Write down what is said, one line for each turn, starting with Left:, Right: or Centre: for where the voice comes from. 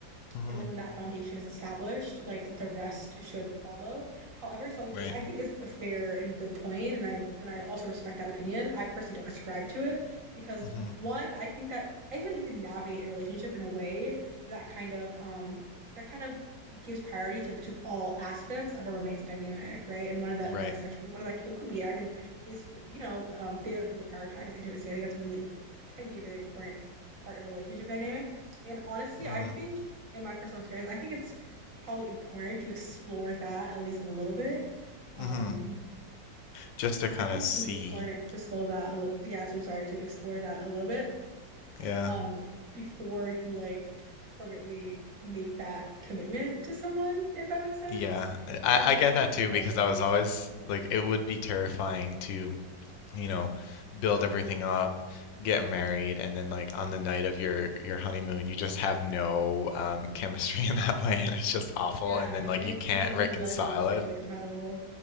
Left: hmm
Right: and like when that foundation is established like the rest should follow however some which
Left: right
Right: i think is a fair and good point and i and i also respect that opinion i personally don't ascribe to it because
Left: hmm
Right: one i think that i think that you can navigate a relationship in a way that kind of um that kind of gives priority to, to all aspects of a romantic dynamic right and one of that
Left: right
Right: that is actually one of that could be i think is you know um fair that people prioritize intimacy i think that's really important can be a very important part of a relationship dynamic and honestly
Left: mm,
Right: i think in my personal experience, I think it's probably important to explore that at least a little bit. Um,
Left: hmm just to kind
Right: I think
Left: of
Right: it's
Left: see
Right: really important to slow that a little, yeah, to sorry, to explore that a little bit and
Left: yeah
Right: um before you like permanently make that commitment to someone, if that makes sense.
Left: yeah I,
Right: Because
Left: I
Right: I've also
Left: I get
Right: heard
Left: that too
Right: horror
Left: because
Right: stories.
Left: I was always
Right: Mhm.
Left: like it would be terrifying to you know, build everything up, get married, and then like on the night of your your honeymoon, you just have no um, <laughs> chemistry in that way, and it's just awful.
Right: Yeah,
Left: And then
Right: you
Left: like
Right: know
Left: you
Right: what I mean?
Left: can't
Right: Like, and
Left: reconcile
Right: you realize you're not sexually
Left: it,
Right: compatible.